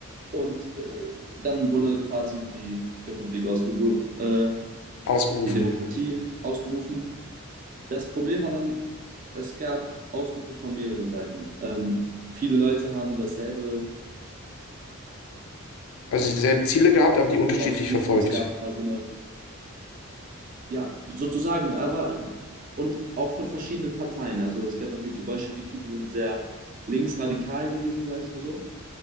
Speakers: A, on the right; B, on the left.
A: Und äh, dann wurde quasi die Republik ausgerufen, äh,
B: ausgerufen.
A: die Demokratie ausgerufen. Das Problem war dann, es gab Ausrufe von mehreren Seiten. Ähm, viele Leute haben dasselbe
B: Also dieselben Ziele gehabt, aber die unterschiedlich
A: ausgerufen
B: verfolgt.
A: und es gab quasi eine Ja, sozusagen, aber und auch von verschiedenen Parteien. Also es gab natürlich die Bolschewiki, die sind sehr linksradikal gewesen, sagen wir es mal so.